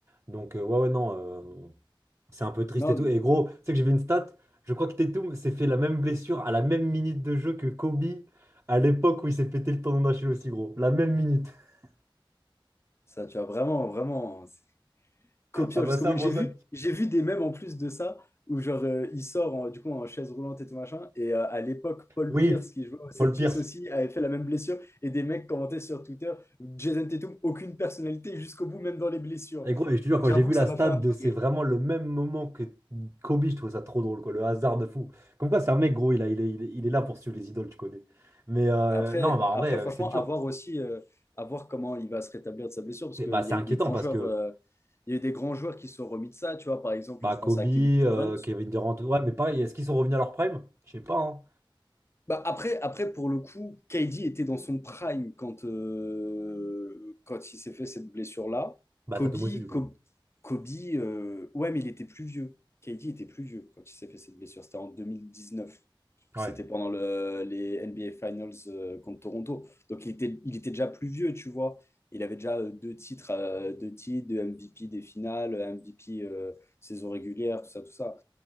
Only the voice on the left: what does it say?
Non,
d-
ça, tu vois, vraiment, vraiment, c'est copiant
jusqu'au
bout.
J'ai
vu, j'ai vu des mèmes en plus de ça, où genre, euh, il sort en- du coup en chaise roulante et tout machin, et euh, à l'époque, Paul
Pierce, qui jouait aux Celtics
aussi, avait fait la même blessure, et des mecs commentaient sur Twitter, Jason Tatum, aucune personnalité jusqu'au bout, même dans les blessures.
J'avoue
que
ça
m'a fait un
peu
rire.
Après,
après,
franchement,
à voir aussi, euh, à voir comment il va se rétablir de sa blessure, parce
qu'il
y a
eu des grands
joueurs,
euh, il y a eu des grands joueurs qui se sont remis de ça, tu vois. Par exemple,
je
pense à Kevin
Durant.
Bah après, après, pour le coup, KD était dans son prime quand, euh, quand il s'est fait cette blessure-là.
Kobe,
Co- Kobe euh, ouais, mais il était plus vieux. KD était plus vieux quand il s'est fait cette blessure. C'était en 2019.
C'était pendant le- les NBA Finals euh, contre Toronto. Donc il était, il était déjà plus vieux, tu vois. Il avait déjà euh, deux titres, euh, deux titres, deux MVP des finales, MVP euh, saison régulière, tout ça, tout ça.